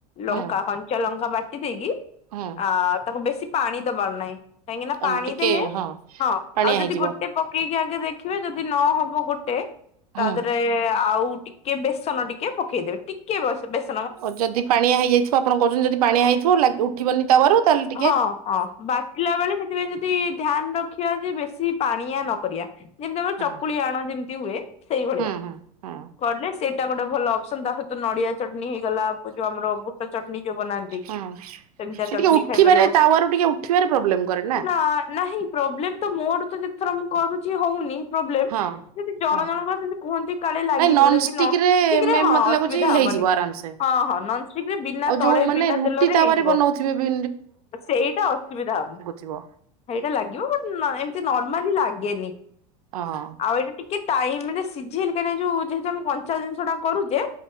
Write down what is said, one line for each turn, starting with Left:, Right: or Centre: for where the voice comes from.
Right: ହୁଁ
Left: ଲଙ୍କା କଞ୍ଚା ଲଙ୍କା ବାଟି ଦେଇକି
Right: ହୁଁ।
Left: ହଁ ତାକୁ ବେଶୀ ପାଣି ଦବାର ନାଇଁ। କାହିଁକି ନା
Right: ଅନ
Left: ପାଣି
Right: ଟିକେ
Left: ଦେଲେ, ହଁ
Right: ପାଣିଆ
Left: ଆଉ ଯଦି
Right: ହେଇଯିବ
Left: ଗୋଟେ ପକେଇକି ଆଗେ ଦେଖିବେ ଯଦି ନହବ ଗୋଟେ, ତା
Right: ହୁଁ
Left: ଦେହେରେ ଆଉ ଟିକିଏ ବେସନ ଟିକେ ପକେଇଦେବେ। ଟିକିଏ ଅ ବେସ
Right: ଅ ଯଦି ପାଣିଆ ହେଇଯାଇଥିବ ଆପଣ କହୁଚନ୍ତି ଯଦି ପାଣିଆ ହେଇଥିବ ଲାଗିବ ଉଠିବନି ତାୱା ରୁ ତାହେଲେ ଟି
Left: ହଁ ହଁ ବାଟିଲା ବେଳେ ସେଥିପାଇଁ ଯଦି ଧ୍ୟାନ୍ ରଖିବା ଯେ ବେଶୀ ପାଣିଆ ନ କରିଆ। ଯେମିତି ଆମର
Right: ହଁ
Left: ଚକୁଳି ଆଣ ଯେମତି ହୁଏ ସେଇଭଳିଆ।
Right: ହୁଁ ହୁଁ ହୁଁ
Left: କଲେ ସେଇଟା ଗୋଟେ ଭଲ ଅପସନ୍ ତା ସଇ ତ ନଡିଆ ଚଟନି ହେଇଗଲା ଉ ବୁ ଯୋଉ ଆମର ବୁଟ ଚଟନି ଯୋଉ ବନାନ୍ତି।
Right: ହୁଁ
Left: ସେମିତିଆ
Right: ସେ
Left: ଚଟଣି
Right: ଟିକେ ଉଠିବାରେ
Left: ଖାଇପାରିବ
Right: ତାୱାରୁ ଟିକେ ଉଠିବାରେ ପ୍ରବ୍ଲେମ୍ କରେ ନା।
Left: ନା ନାହିଁ ପ୍ରୋବ୍ଲେମ ତ ମୋଆଡୁ ତ ଯେତେଥର ମୁଁ କରୁଛି ହଉନି। ପ୍ରୋବ୍ଲେମ୍
Right: ହଁ
Left: ଯଦି ଜଣ
Right: ହଁ
Left: ଜଣଙ୍କର ସେମିତି କୁହନ୍ତି କାଳେ ଲାଗିଯିବ
Right: ନାଇଁ ନନଷ୍ଟିକ
Left: ଯଦି ନନ୍ଷ୍ଟିକ
Right: ମେ
Left: ରେ ହଁ
Right: ମତେ
Left: ଅସୁବିଧା
Right: ଲାଗୁଛି
Left: ହବନି।
Right: ହେଇଯିବ ଆରାମସେ
Left: ହଁ ହଁ ନନଷ୍ଟିକ ରେ ବିନା
Right: ଆଉ
Left: ତଳେ
Right: ଯୋଉ ମାନେ
Left: ବିନା
Right: ରୁଟି
Left: ତେଲରେ
Right: ତାୱାରେ
Left: ହେଇଯିବ।
Right: ବନଉଥିବେ ବି
Left: ସେଇଟା ଅସୁବିଧା ହବ।
Right: ଥିବ।
Left: ସେଇଟା ଲାଗିବ ବଟ୍ ନ ଏମିତି ନର୍ମାଲି ଲାଗେନି।
Right: ଅଁ।
Left: ଆଉ ଏଇଟା ଟିକେ ଟାଇମ୍ ରେ ସିଝେଇଲେ କାଇଁନା ଏଇ ଯୋଉ ଯେହେତୁ ଆମେ କଞ୍ଚା ଜିନିଷ ଟା କରୁଚେ।